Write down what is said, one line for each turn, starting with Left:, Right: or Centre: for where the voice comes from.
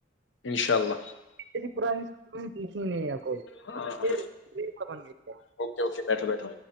Left: انشاء اللہ
Right: جیسی پرانی اسکول میں دیکھی نہیں ہے کوئی
Left: ہاں ہاں
Right: یہ ریپا بن گئی ہے
Left: اوکے اوکے بیٹھو بیٹھو